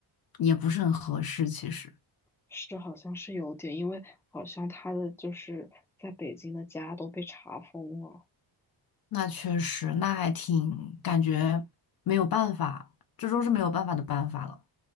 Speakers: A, on the left; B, in the centre.
A: 也不是很合适，其实。
B: 是好像是有点，因为好像他的就是在北京的家都被查封了。
A: 那确实，那还挺感觉没有办法，这都是没有办法的办法了。